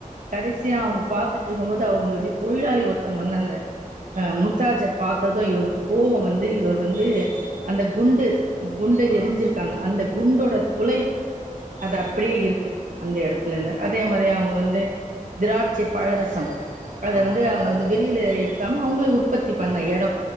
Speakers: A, on the right; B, on the right.
A: கடைசியா அவுங்க பாத்துட்ருக்கும்போது அவுங்களுடைய தொழிலாளி ஒருத்தவுங்க வந்தாங்க ஆ மும்தாஜ பாத்ததும் இவருக்கு கோவம் வந்து இவர் வந்து அந்த குண்டு குண்ட
B: ஆ
A: எரிஞ்சிருக்காங்க அந்தப் குண்டோட துளை அது அப்டியே இருக்கு அந்த எடத்துல
B: ஓ
A: இருந்து அதே மாறி அவுங்க வந்து திராட்சை பழரசம் அத
B: ஆமாம்
A: வந்து அவுங்க
B: தோழர்
A: வந்து வெளியில எடுக் <unintelligible> அவுங்களே உற்பத்தி பண்ணுன எடோ